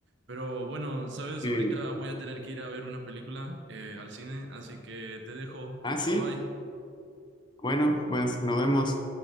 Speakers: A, on the right; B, on the left.
A: Pero bueno, sabes,
B: Sí.
A: ahorita voy a tener que ir a ver una película eh, al cine, así que te dejo.
B: Ah, sí.
A: Bye bye.
B: Bueno, pues nos vemos.